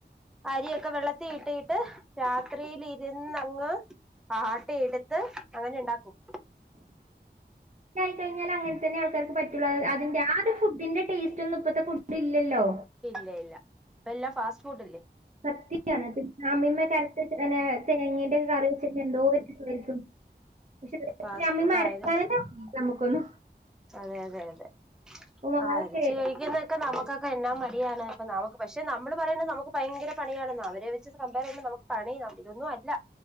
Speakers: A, in the centre; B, on the right.
A: അരി ഒക്കെ വെള്ളത്തി ഇട്ടിട്ട് രാത്രില് ഇര്ന്ന് അങ്ങ് ആട്ടി എട്ത്ത് അങ്ങനെണ്ടാക്കും
B: ആയിക്കഴഞ്ഞല് അങ്ങൻതന്നെ ആൾക്കാർ പറ്റുള്ളുഅതിന്റെ ആഹ് ഒരു ഫുഡിന്റെ ടേസ്റ്റ് ഒന്നും ഇപ്പത്തെ ഫുഡ്ഇല്ലോ
A: ഇല്ല ഇല്ല ഇപ്പല്ലാം ഫാസ്റ്റ് ഫുഡ്ല്ലേ
B: കത്തിയാണ് പിന്നെ അമ്മീമ്മേക്കെ അരച്ച്ത്തന്നെ തേങ്ങേന്റെകറിവെച്ച് എന്തോ <unintelligible> പക്ഷെ
A: ഫാസ്റ്റ്
B: അമ്മിമ്മേ
A: ഫുഡ്
B: അരക്കാനന്നേ
A: ആയത്
B: നമ്മുക്കൊന്നും
A: അതെ അതെ അതെ
B: ഉമ്മമാരൊക്കെ
A: ആരച്ച് കഴിക്കുന്നൊക്കെ നമുക്കൊക്കെ എന്നാമടിയാണ് അപ്പ നമുക്ക് പക്ഷെ നമ്മള് പറയ്ണ് നമു ഭയങ്കര പണിയാണെന്നോ. അവെരെ വെച്ച് കമ്പെറ് ചെയുമ്പോ നമ്മക്ക് പണിയിതൊന്നും അല്ല.